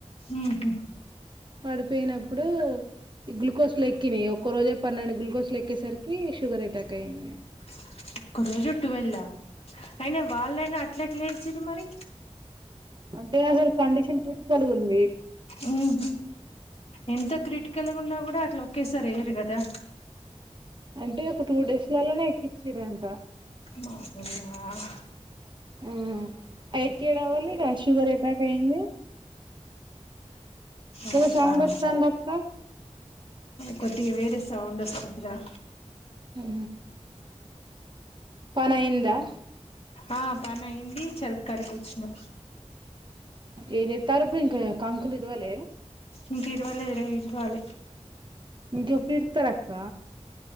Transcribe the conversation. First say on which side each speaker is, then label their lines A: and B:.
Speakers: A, on the left; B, on the right.
A: ఉహ్ హు
B: పడిపోయినప్పుడు. ఈ గులుకోస్ లేక్కినాయి, ఒక్క రోజే పన్నెండు గుల్కోస్ ల ఎక్కేసరికి, షుగర్ ఎటాక్ అయ్యింది.
A: <inaudible> ఒక్క రోజు టువెల్ల! అయిన వాళ్ళైనా అట్ల ఏసిరు మరి?
B: అంటే అసలు కండిషన్ క్రిటికల్గుంది.
A: ఉమ్ ఎంత క్రిటికల్గా ఉన్న గూడా ఆ ట్లోకేసార్ ఏయ్యారు గాదా.
B: అంటే ఒక టూ డేస్ లాల్లనే ఎక్కించ్చిరంట
A: పాపం మీ నాన్న
B: ఉహ్ ఐ ఎక్కీడం వల్ల ఇగ షుగర్ ఎటాక్ అయింది.
A: అవునా
B: ఎందో సౌండ్ డోతందక్క
A: కొద్దిగా వేరే సౌండ్ వస్తుంది రా
B: ఆ పని అయిందా
A: ఆ పని అయింది చలకర కి వచ్చినం
B: ఆ చుట్టారు ఇప్పుడు ఇంకా కాంకులు ఇదివాలి
A: ఇంక ఇరవలేరు ఇరవ్వాలి
B: ఇంక ఎప్పుడు ఇతార అక్క